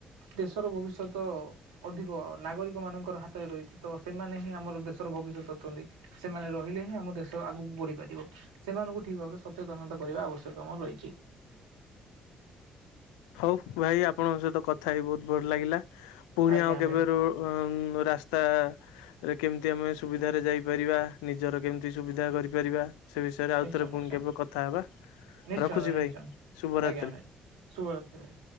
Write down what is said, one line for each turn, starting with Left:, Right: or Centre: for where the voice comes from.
Right: ଦେଶର ଭବିଷ୍ୟତ। ଅଧିକ ନାଗରିକ ମାନଙ୍କର ହାତରେ ରହିଛି ତ ସେମାନେ ହିଁ ଆମର ଦେଶର ଭବିଷ୍ୟତ ଅଛନ୍ତି। ସେମାନେ ରହିଲେ ହିଁ ଆମ ଦେଶ ଆଗକୁ ବଢିପାରିବ। ସେମାନଙ୍କୁ ଠିକ୍ ଭାବରେ ସଚେତନତା କରିବା ଆବଶ୍ୟକାମ ରହିଛି।
Left: ହଉ ଭାଇ ଆପଣଙ୍କ ସହିତ କଥା ହେଇକି ବହୁତ୍ ଭଲ ଲାଗିଲା। ପୁଣି
Right: ଆଜ୍ଞା
Left: ଆଉ କେବେ
Right: ଭାଇ
Left: ର ରାସ୍ତା କେମିତି ଆମେ ସୁବିଧାରେ ଯାଇପାରିବା ନିଜର କେମିତି ସୁବିଧା କରିପାରିବା। ସେ ବିଷୟରେ ଆଉଥରେ
Right: ନିଶ୍ଚୟ ନିଶ୍ଚୟ
Left: ପୁଣି କେବେ କଥା ହେବା
Right: ନିଶ୍ଚୟ
Left: ରଖୁଛି
Right: ନିଶ୍ଚୟ
Left: ଭାଇ ଶୁଭରାତ୍ରି।
Right: ଆଜ୍ଞା ଭାଇ ଶୁଭରାତ୍ରି ଭାଇ।